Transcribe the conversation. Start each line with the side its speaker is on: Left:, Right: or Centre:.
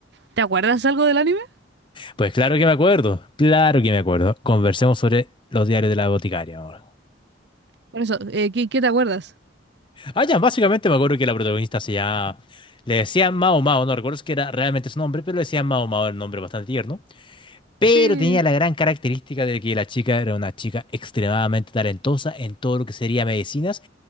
Right: ¿Te acuerdas algo del anime?
Left: Pues claro que me acuerdo, claro que me acuerdo. Conversemos sobre los diarios de la boticaria, amor.
Right: Por eso, eh, ¿qué, qué te acuerdas?
Left: Ah, ya, básicamente me acuerdo que la protagonista se llama... Le decían Mao Mao, no recuerdo si era realmente su nombre, pero le decían Mao Mao, era un nombre bastante tierno. Pero
Right: Sí,
Left: tenía la gran característica de que la chica era una chica extremadamente talentosa en todo lo que sería medicinas,